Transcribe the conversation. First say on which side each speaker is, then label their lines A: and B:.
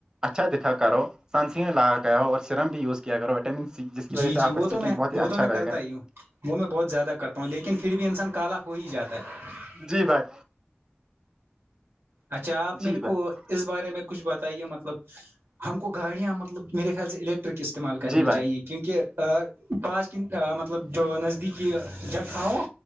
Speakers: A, on the right; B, on the right.
A: اچھا دکھا کرو سنسیین لا گ اور سرم بھی یوز کیا کرو وٹامن سی جس کی وجہ
B: جی
A: سے آ
B: جی وہ
A: کا
B: تو
A: سکن
B: میں
A: بہت ہی
B: وہ
A: اچھا
B: تو میں
A: رہےا
B: کرتا ہی ہوں وہ میں بہت زیادہ کرتا ہوں لیکن پھر بھی انسان کالا ہو ہی جاتا ہے
A: جی بھائی
B: اچھا آپ میرے
A: جی بھائی
B: کو اس بارے میں کچھ بتائیے مطلب ہم کو گاڑیاں مطلب میرے خیال سے الیکٹرک استعمال کرنی
A: جی بھائی
B: چاہیے کیونکہ پاسٹ مطلب جو نزدیکی جگہ ہو